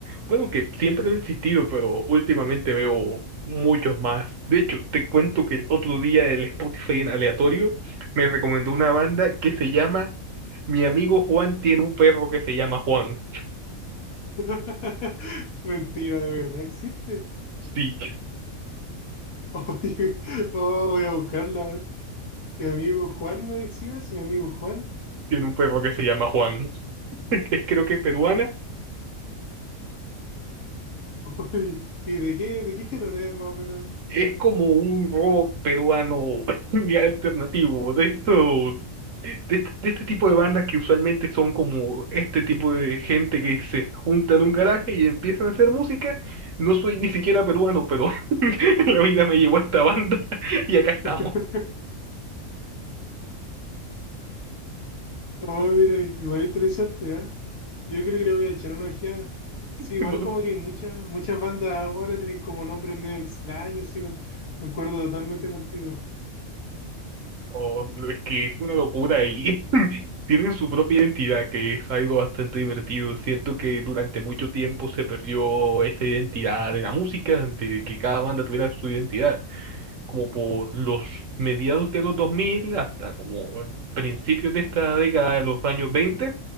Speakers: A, on the right; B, on the left.
A: bueno, que siempre han existido, pero últimamente veo muchos más. De hecho, te cuento que el otro día el Spotify en aleatorio me recomendó una banda que se llama Mi amigo Juan tiene un perro que se llama Juan.
B: <laughs> Mentira, de verdad existe.
A: Sí,
B: <laughs> Oye, oh, voy a buscarla, a ver. Mi amigo Juan me decías, mi amigo Juan.
A: tiene un perro que se llama Juan. <laughs> Es creo que peruana.
B: <laughs> Oye, ¿Y de qué, de qué género es más o menos?
A: Es como un rock peruano <laughs> alternativo, de esto de este, de este tipo de bandas que usualmente son como este tipo de gente que se junta en un garaje y empiezan a hacer música. No soy ni siquiera peruano, pero <laughs> la vida me llevó a esta banda <laughs> y acá estamos.
B: <laughs> Oh, mira, igual interesante, ¿ah? Yo creo que le voy a echar una ojeada. Sí, igual
A: No,
B: como que hay muchas, muchas bandas ahora tienen como nombres medio extraños, sí, con- concuerdo totalmente contigo.
A: oh, pero es que es una locura y <laughs> tienen su propia identidad, que es algo bastante divertido. Siento que durante mucho tiempo se perdió esa identidad de la música, de que cada banda tuviera su identidad. como por los mediados de los 2000 hasta como el principio de esta década de los años 20,